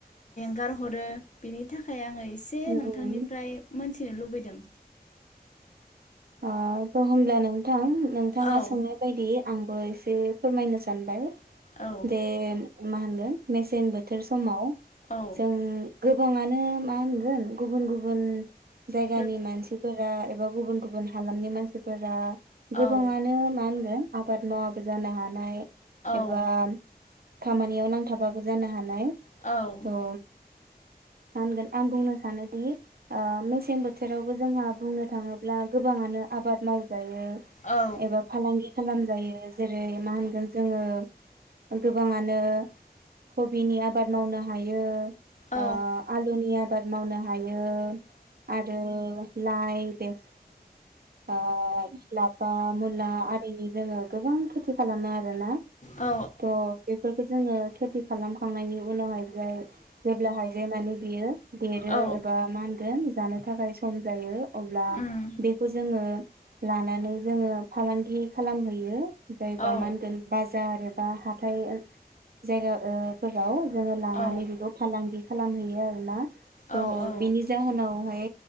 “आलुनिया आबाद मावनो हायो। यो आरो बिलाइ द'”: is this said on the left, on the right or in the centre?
Right